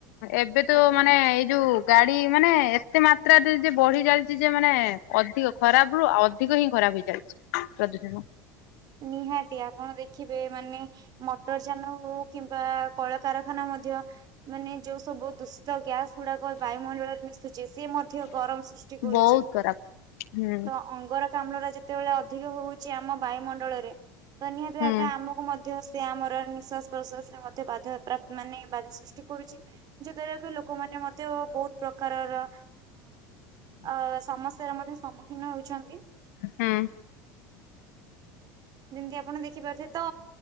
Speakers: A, on the left (about 70°); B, on the right (about 45°).
A: ଏବେ ତ
B: ଆଜ୍ଞା
A: ମାନେ ଏଇ ଯୋଉ ଗାଡି ମାନେ ଏତେ ମାତ୍ରାରେ ଯେ ବଢି ଚାାଲିଛି ଯେ ମାନେ ଅଧିକ ଖରାପ ରୁ ଆ ଅଧିକ ହିଁ ଖରାପ ହେଇଚାଲିଛି। ପ୍ରଦୂଜନ
B: ନିହାତି ଆପଣ ଦେଖିବେ ମାନେ ମଟର ଯାନ ହଉ କିମ୍ବା କଳକାରଖାନା ମଧ୍ୟ ମାନେ ଯୋଉ ସବୁ ଦୂଷିତ ଗ୍ୟାସ ଗୁଡାକ ବାୟୁମଣ୍ଡଳରେ ମିସୁ ଯେ ସେ ମଧ୍ୟ ଗରମ ସୃଷ୍ଟି କରୁଛି।
A: ବହୁତ ଖରାପ ହୁଁ
B: ତ ଅଙ୍ଗର କାମ୍ଳ ଯେତେବେଳେ ଅଧିକ ହଉଛି ଆମ ବାୟୁମଣ୍ଡଳରେ ତ ନିହାତି
A: ହୁଁ
B: ଭାବେ ଆମକୁ ମଧ୍ୟ ସେ ଆମର ନିଃଶ୍ୱାସ ପ୍ରଶ୍ୱାସରେ ମଧ୍ୟ ବାଧାପ୍ରାପ୍ ମାନେ ବାଧା ସୃଷ୍ଟି କରୁଛି। ଯେତେବେବି ଲୋକମାନେେ ମଧ୍ୟ ବହୁତ ପ୍ରକାରର ଅ ସମସ୍ୟାର ମଧ୍ୟ ସମ୍ମୁଖୀନ ହଉଛନ୍ତି।
A: ହଁ।
B: ଯେମତି ଆପଣ ଦେଖିପାରୁଥିବେ ତ